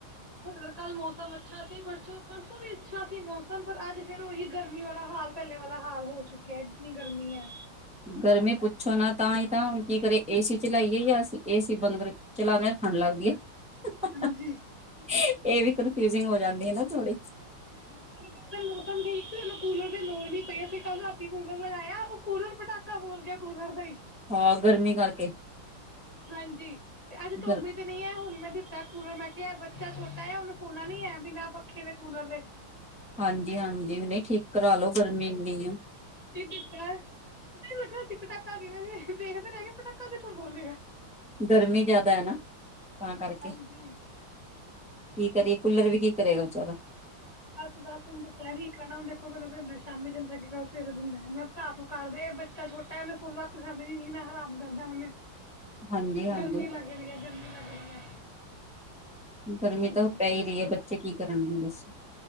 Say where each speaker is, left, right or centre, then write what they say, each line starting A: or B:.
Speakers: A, on the left (about 25°); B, in the centre.
A: ਡ ਕੱਲ ਮੌਸਮ ਅੱਛਾ ਸੀ ਪਰਸੋਂ ਪਰਸੋਂ ਵੀ ਅੱਛਾ ਸੀ ਮੌਸਮ ਪਰ ਅੱਜ ਫੇਰ ਉਹੀ ਗਰਮੀ ਵਾਲਾ ਹਾਲ ਪਹਿਲੇ ਵਾਲਾ ਹਾਲ ਹੋ ਚੁੱਕਿਆ ਜਤਨੀ ਗਰਮੀ ਹੈ
B: ਗਰਮੀ ਪੁੱਛੋ ਨਾ, ਤਾਂ ਹੀ ਤਾਂ ਹੁ ਕੀ ਕਰੇ ਏਸੀ ਚਲਾਈਏ ਜਾਂ ਅਸੀਂ ਏਸੀ ਬੰਦ ਕਰ ਚਲਾਉਂਦੇ ਹਾਂ ਠੰਢ ਲੱਗਦੀ ਹੈ
A: ਹਾਂਜੀ
B: <inaudible> ਇਹ ਵੀ ਕਨਫਿਊਜਿੰਗ ਹੋ ਜਾਂਦੀ ਹੈ ਨਾ ਥੋੜੀ
A: ਉਹ ਤਾਂ ਹੈ ਮੌਸਮ ਠੀਕ ਸੀ ਕੂਲਰ ਦੀ ਲੋੜ ਨੀ ਪਈ ਅਸੀਂ ਕੱਲ ਰਾਤੀ ਕੂਲਰ ਲਗਾਇਆ ਉਹ ਕਲਰ ਪਟਾਕਾ ਬੋਲ ਗਿਆ ਕੂਲਰ ਦਾ ਹੀ
B: ਹਾਂ ਗਰਮੀ ਕਰਕੇ
A: ਹਾਂਜੀ ਤੇ ਅੱਜ ਧੂਪ
B: ਗਰ
A: ਤੇ ਨ ਨਹੀਂ ਹੈ ਹੁਣ ਮੈਂ ਤਾ ਕੂਲਰ ਮੈਂ ਕਿਹਾ ਬੱਚਾ ਛੋਟਾ ਹੈ ਉਹਨੂੰ ਸੋਣਾ ਨੀ ਹੈ ਬਿਨਾਂ ਪੱਖੇ ਦੇ, ਕੂਲਰ ਦੇ
B: ਹਾਂਜੀ -ਹਾਂਜੀ ਨਈ ਠੀਕ ਕਰਾ ਲੋ ਗਰਮੀ ਇੰਨੀ ਆ
A: ਦਿੱਤਾ ਪਤਾ ਨ ਲੱਗਾ ਸੀ ਪਟਾਕਾ ਕਿਵੇਂ ਦੇਖਦੇ ਰਹਿ ਗੇ ਪਟਾਕਾ ਕਿੱਥੋਂ ਬੋਲਦੇ ਆ
B: ਗਰਮੀ ਜਿਆਦਾ ਹੈ ਨਾ, ਤਾਂ ਕਰਕੇ
A: ਹਾਂਜੀ
B: ਕੀ ਕਰੀਏ ਕੂਲਰ ਵੀ ਕੀ ਕਰੇਗਾ ਵਿਚਾਰਾ
A: ਬਸ -ਬਸ ਹੁੰਦਾ ਸਹਿ ਕ ਰਹਿਣਾ ਹੁੰ ਦੇਖੋ ਪਤਾ ਸ਼ਾਮੀ ਦਿੰਦਾੱ ਕੱਲ ਸਵੇਰ ਦਿੰਦਾ ਮੈਂ ਭਰਾ ਤੂੰ ਕਰਦੇ ਬੱਚਾਛੋਟਾ ਉਹਨੇ ਰਾਤ ਜੀ ਨਾ ਆਰਾਮ ਕਰਦਾ ਉਹਨੇ
B: ਹਾਂਜੀ ਹਾਂਜੀ
A: ਗਰਮੀ ਲੱਗਰੀ ਹੈ ਗਰਮੀ ਲੱਗ ਰੀ ਹੈ
B: ਗਰਮੀ
A: ਹਾਂਜੀ।
B: ਤਾਂ ਉਹ ਪੈ ਹੀ ਰਹੀ ਹੈ ਬੱਚੇ ਕੀ ਕਰਨਗੇ ਬੱਸ